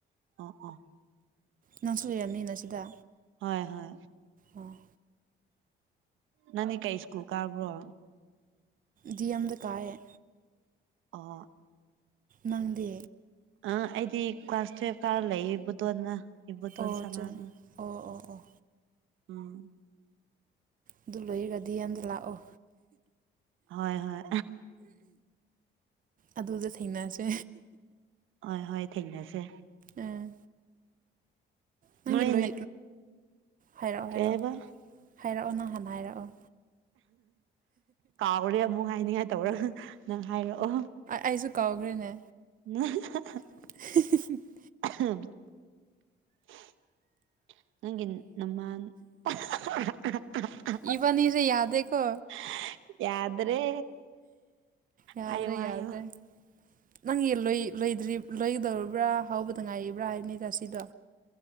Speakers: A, on the right (about 80°); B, on the right (about 45°).
A: ꯑꯥ ꯑꯥ
B: ꯅꯪꯁꯨ ꯂꯩꯔꯝꯅꯤꯅ ꯁꯤꯗ
A: ꯍꯣꯏ ꯍꯣꯏ
B: ꯑꯣ
A: ꯅꯅꯤ ꯀꯩ ꯏꯁꯀꯨꯜ ꯀꯥꯕ꯭ꯔꯣ
B: ꯗꯤ ꯑꯃꯝꯗ ꯀꯥꯏꯑꯦ
A: ꯑ
B: ꯅꯪꯗꯤ
A: ꯑ ꯑꯩꯗꯤ ꯀ꯭ꯂꯥꯁ ꯇꯨꯋꯜꯐ ꯀꯥꯔ ꯂꯩ ꯗꯣꯅ ꯏꯕꯇ
B: ꯑꯣ
A: ꯑꯣꯟ ꯁꯅ
B: ꯆꯣ
A: ꯑꯒ
B: ꯑꯣ ꯑꯣ ꯑꯣ
A: ꯎꯝ
B: ꯑꯗꯨ ꯂꯣꯏꯔꯒꯗꯤ ꯌꯥꯝꯗ ꯂꯥꯛꯑꯣ
A: ꯍꯣꯏ ꯍꯣꯏ
B: ꯑꯗꯨꯗ ꯊꯦꯡꯅꯁꯦ
A: ꯍꯣꯏ ꯍꯣꯏ ꯊꯦꯡꯅꯁꯦ
B: ꯎꯝ ꯅꯪꯒꯤ
A: ꯅꯣꯏ
B: ꯂꯣꯏ ꯍꯥꯏꯔꯛꯑꯣ
A: ꯀꯩ
B: ꯍꯥꯏꯔꯛꯑꯣ
A: ꯍꯥꯏꯕ
B: ꯍꯥꯏꯔꯛꯑꯣ ꯅꯪ ꯍꯥꯟꯅ ꯍꯥꯏꯔꯛꯑꯣ
A: ꯀꯥꯎꯔꯦ ꯑꯃꯨꯛ ꯍꯥꯏꯅꯤꯡꯉꯥꯏ ꯇꯧꯔꯒ ꯅꯪ ꯍꯥꯏꯔꯛꯑꯣ
B: ꯑꯩꯁꯨ ꯀꯥꯎꯈ꯭ꯔꯦꯅꯦ
A: ꯎ
B: <unintelligible>
A: <unintelligible> ꯅꯪꯒꯤ <unintelligible>
B: ꯏꯕꯥꯅꯤꯁꯦ ꯌꯥꯗꯦꯀꯣ
A: ꯌꯥꯗ꯭ꯔꯦ
B: ꯌꯥꯗ꯭ꯔꯦ
A: ꯍꯥꯏꯌꯣ ꯍꯥꯏꯌꯣ
B: ꯌꯥꯗ꯭ꯔꯦ ꯅꯪ ꯂꯣꯏ ꯂꯣꯏꯗ꯭ꯔꯤ ꯂꯣꯏꯒꯗꯧꯔꯕ꯭ꯔꯥ ꯍꯧꯕꯗ ꯉꯥꯏꯔꯤꯕ꯭ꯔꯥ ꯍꯥꯏꯕꯅꯤ ꯁꯤꯗꯣ